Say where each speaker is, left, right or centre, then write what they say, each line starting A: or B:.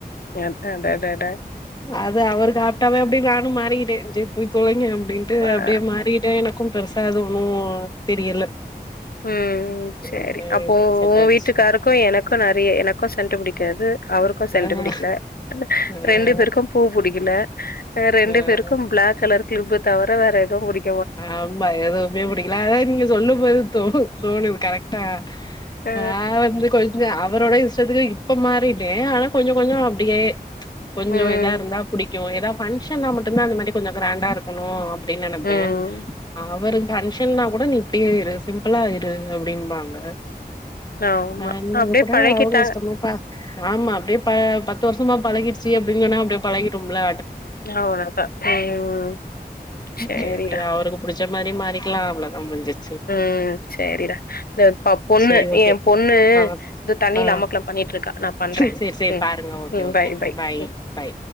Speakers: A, on the left; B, on the left.
A: அடடடட
B: அது அவரு சாப்ட்டாவே அப்டே நானும் மாறிட்டே சே போய் தொலைங்க அப் டின்ட்டு
A: பா
B: அப்டியே மாறிட்டே என க்கு பெருசா எதுவு தெரியல
A: ம் சரி
B: அப்டியே
A: அப்போ
B: செட்
A: உ
B: ஆயிடுச்சு
A: வீட்டுக்காருக்கு எனக்கு நெறைய எனக் க்கோ சென்டு புடிக்காது அவருக்கு சென்டு
B: ஆ
A: புடிக்ல
B: ம்
A: ரெண்டு பேருக்கு பூ புடிக்ல ரெண்டு
B: ம்
A: பேருக்கு பிளாக் கலர் கிளிப்பு தவிர வேற <unintelligible>
B: ஆமா எதுமே புடிக்கல அதா நீங்க சொல்லும் போது தோணுது கரெக்டா
A: அ
B: நா வந்து கொஞ்ஜோ அவரோட இஷ் <unintelligible> இப்ப மாரிட்டே ஆனா கொஞ்ஜோ கொஞ்ஜோ அப்டியே ம்ச் கொஞ்ஜோ
A: ம்,
B: இதா இருந்தா புடிக்கு ஏதா பங்க்ஷனா மட்டுதா அந்த மாரி கொஞ்ஜோ கிராண்டா இருக்கனு அப் டினு நெனப்பே
A: ம்.
B: அவரு பன்ஷ் ன்னா குட நீ இப்டியே இரு சிம்பிளா இரு அப்டிம்பாங்க
A: ஆமா.
B: ஆஹ் அந்த
A: அப்டியே
B: இது குட
A: பழகிட்டாங்க.
B: அவங்க இஷ்டமாப்பா ஆமா அப்டியே பா பத் த்து வருஷமா பழகிடுச்சி அப்டின்னு சொன்னா அப்டியே பழகிரும்ல
A: அவ்ளோதா உம் சேரிடா
B: சேரி அவருக்கு புடிச்ச மாரி மாறிக்க <unintelligible>
A: உம் சேரிடா இந்த இப்ப பொண்ணு
B: செரி ஓகே
A: ஏ பொண்ணு
B: ஆ
A: இந்த தண்ணில
B: ஆ
A: அமக்கலோ பண்ணிட்ருக்கா நா பண்றே
B: செரி செரி
A: ம்
B: பாருங்க ஓகே
A: ம்
B: ஓகே
A: பாய் பாய் ம்
B: பாய்